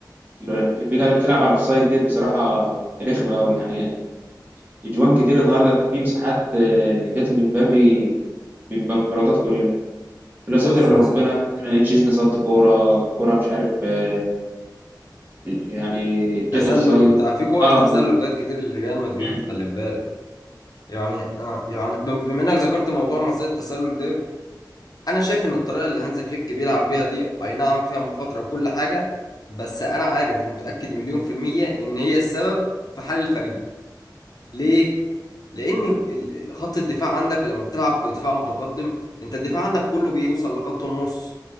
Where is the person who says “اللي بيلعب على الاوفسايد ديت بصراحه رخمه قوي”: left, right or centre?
Right